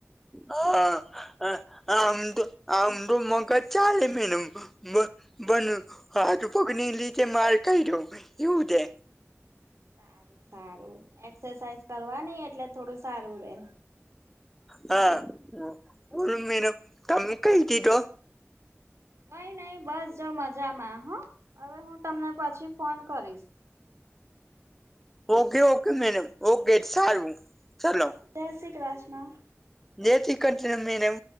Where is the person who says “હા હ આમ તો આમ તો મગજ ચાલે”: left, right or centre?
Centre